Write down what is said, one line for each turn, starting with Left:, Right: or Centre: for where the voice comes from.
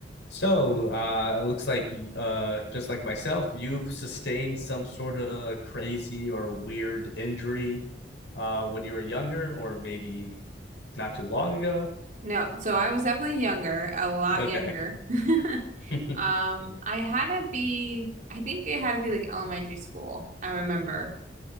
Left: So, uh, it looks like, uh, just like myself, you've sustained some sort of crazy or weird injury, uh, when you were younger, or maybe not too long ago.
Right: No, so I was definitely younger, a lot
Left: Okay.
Right: younger. <laughs>
Left: <laughs>
Right: Um, I had to be, I think it had to be like elementary school, I remember.